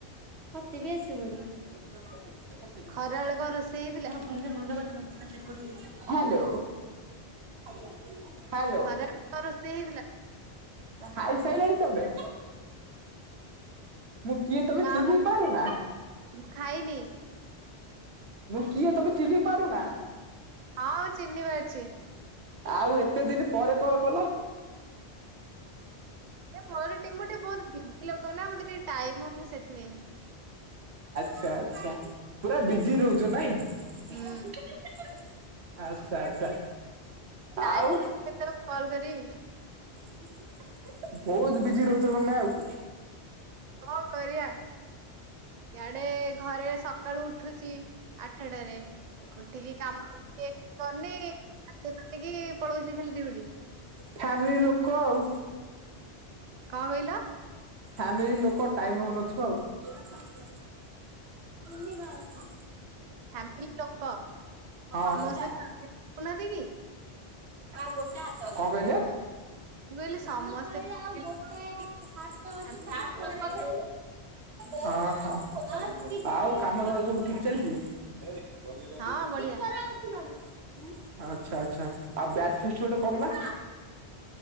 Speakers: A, on the right; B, on the right.
A: ମତେ ବି ଆସିବନି। ନାଁ
B: ଖରାବେଳେ କଣ ରୋଷେଇ ହେଇଥିଲା?
A: ଭଲରେ ଭଲ କଥା ହବୁ ତାର ରେକର୍ଡିଂ ହୋଉଚି। ହାଲୋ। ହାଲୋ।
B: ଖରାବେଳେ କଣ ରୋଷେଇ ହେଇଥିଲା?
A: ଖାଇ ସାଇଲଣି ତମେ? ମୁଁ କିଏ ତମେ
B: ନାଁ
A: ଚିହ୍ନି
B: ମୁଁ
A: ପାରୁନା
B: ମୁଁ ଖାଇ ତିଲି
A: ମୁଁ କିଏ ତମେ ଚିିହ୍ନି ପାରୁନା?
B: ହଁ ଚିହ୍ନି ପାରଚି।
A: ଆଉ ଏତେ ଦିନ ପରେ କଲ୍ କଲ?
B: ମୋର ଟି ମୁଁ ଟିକେ ବୋହୁତ ବିଜି ଲୋକ ନାଁ ମତେ ଟିକେ ଟାଇମ ହଉନି ସେଥିପାଇଁ।
A: ଛା ଆଚ୍ଛା ପୁରା ବିଜି ରହୁ ଚୁ ନାଇଁ?
B: ହୁଁ
A: <inaudible> ଆଚ୍ଛା ଆଚ୍ଛା।
B: <unintelligible>
A: ଆଉ
B: କଲ କରି
A: <unintelligible> ବୋହୁତ ବିଜି ରହୁଚ ତମେ ଆଉ।
B: କଣ କରିବା ଇଆଡେ ଘରେ ସକାଳୁ ଉଠୁଚି। ଆଠଟାରେ।
A: <unintelligible>
B: ଉଠିକି କାମ ଟିକେ କିଛି କରୁନି ଗାଧେଇ ପାଧେଇକି ପଳଉଛି ଖାଲି ଡ୍ୟୁଟି
A: ଫ୍ୟାମିଲି ଲୋକ ଆଉ
B: କଁ କହିଲୁ?
A: ଫାମିଲି ଲୋକ ଟାଇମ ହୋଉନଥିବ ଆଉ। ଟୁନି ମାଉସୀ।
B: ଫ୍ୟାମିଲି ଲୋକ
A: ହଁ
B: ସମସ୍ତେ
A: କଣ
B: <unintelligible> କି
A: ଆଉ ଗୋଟେ ହାତ, କଣ କହିଲେ?
B: ମୁଁ କହିଲି
A: ମାମା
B: ସମସ୍ତେ
A: କହିଲେ
B: ଫ୍ୟାମିଲି
A: ଆଉ ଗୋଟାଏ
B: ହଉନାହାନ୍ତି
A: ହାତ
B: କି ଫ୍ୟାମିଲି
A: ଅଛି ତା
B: ଲୋକ
A: ପରେ ଯାଇ <unintelligible> ଓହୋ <unintelligible> ଆଉ, କାମ ଧନ୍ଦା ସବୁ ଠିକ ଚାଲିଛି? <unintelligible>
B: ହଁ ବଢିଆ
A: ଭିତରେ ଅଛି ମାମା ଆଚ୍ଛା, ଆଚ୍ଛା ଆଉ ବ୍ୟାଚ ଫିଷ୍ଟ ଗୋଟେ କରନା?